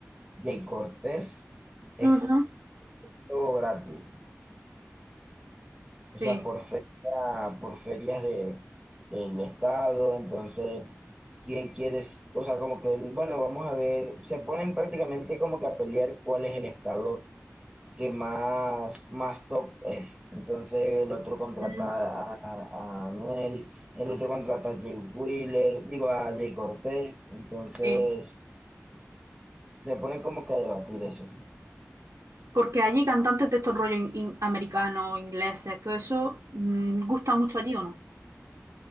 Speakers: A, on the right (about 15°); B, on the right (about 85°).
A: Jay Cortés, ex
B: ujú,
A: todo gratis.
B: Sí.
A: O sea, por feria, por ferias de, del estado, entonces, ¿quién quieres? O sea, como que, bueno, vamos a ver, se ponen prácticamente como que a pelear cuál es el estado que más, más top es. Entonces, el otro contrata
B: Ujú,
A: a, a, a Anuel, el otro contrata a Jay Wheeler, digo, a Jay Cortés, entonces,
B: sí.
A: se ponen como que a debatir eso.
B: Porque allí cantantes de estos rollos in- in- americanos, ingleses, todo eso, mm, gusta mucho allí o no.